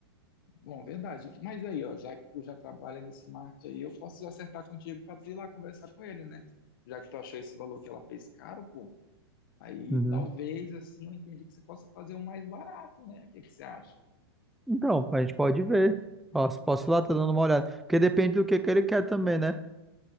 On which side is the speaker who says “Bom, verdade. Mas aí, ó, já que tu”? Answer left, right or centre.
Left